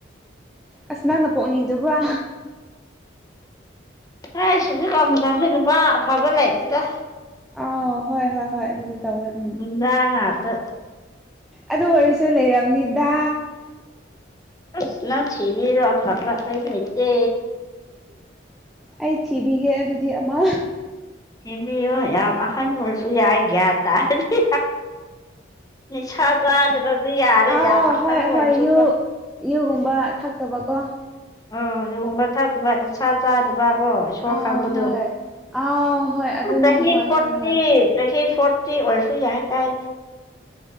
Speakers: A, in the centre; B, on the left (about 20°).
A: ꯑꯁ ꯅꯪꯅ ꯄꯣꯛꯅꯤꯡꯗꯕ꯭ꯔꯥ
B: ꯑꯦ ꯁꯨꯖꯤꯛ ꯀꯁ ꯅꯨꯄꯥ ꯑꯐꯕ ꯂꯩꯇꯦꯗ
A: ꯑꯥ ꯍꯣꯏ ꯍꯣꯏ ꯍꯣꯏ ꯑꯗꯨꯗꯤ ꯇꯧꯋꯦ ꯎꯝ
B: ꯉꯇ
A: ꯑꯗꯨ ꯑꯣꯏꯔꯁꯨ ꯂꯩꯔꯕꯅꯤꯗ
B: ꯑ ꯅꯪ ꯊꯤꯕꯤꯔꯣ ꯊꯔ ꯍꯥꯏ ꯂꯩꯁꯦ
A: ꯑꯩ ꯊꯤꯕꯤꯒꯦ ꯑꯗꯨꯗꯤ ꯑꯃ
B: ꯁꯦꯝꯕꯤꯌꯣ ꯌꯥꯝ ꯑꯍꯟ ꯑꯣꯏꯔꯁꯨ ꯌꯥꯏꯒꯌꯥ ꯇꯥꯔꯗꯤ ꯅꯤꯁꯥ ꯆꯥꯗ꯭ꯔꯗꯤ ꯌꯥꯔꯦ
A: ꯑꯥꯎ
B: ꯌꯥꯝꯕ ꯑꯍꯟꯕ
A: ꯍꯣꯏ
B: ꯑꯣꯏꯅꯁꯨ
A: ꯍꯣꯏ ꯌꯨ ꯌꯨꯒꯨꯝꯕ ꯊꯛꯇꯕꯀꯣ
B: ꯑꯣ ꯑꯗꯨꯒꯨꯝꯕ ꯊꯛꯇꯕꯗꯤ ꯁꯥ ꯆꯥꯗꯕꯀꯣ ꯏꯁꯣꯔ
A: ꯑꯥꯎ
B: ꯀꯥꯛꯄꯗꯣ
A: ꯍꯣꯏ ꯑꯥꯎ ꯍꯣꯏ ꯑꯗꯨꯅꯦ
B: ꯆꯍꯤ
A: ꯍꯣꯏ
B: ꯄꯣꯠꯇ꯭ꯔꯤ
A: ꯍꯣꯏ ꯍꯣꯏ
B: ꯔ ꯐꯣꯔꯠꯇꯤ ꯑꯣꯏꯔꯁꯨ ꯌꯥꯏ ꯀꯥꯏ